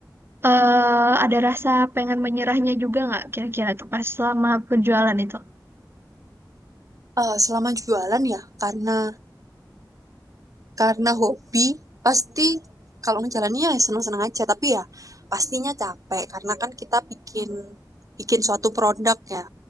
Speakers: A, on the right; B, on the right.
A: eh ada rasa pengen menyerahnya juga nggak kira-kira tuh pas selama penjualan itu?
B: Eh, selama jualan ya, karena karena hobi pasti kalau ngejalannya ya seneng-seneng aja tapi ya pastinya capek karena kan kita bikin bikin suatu produk ya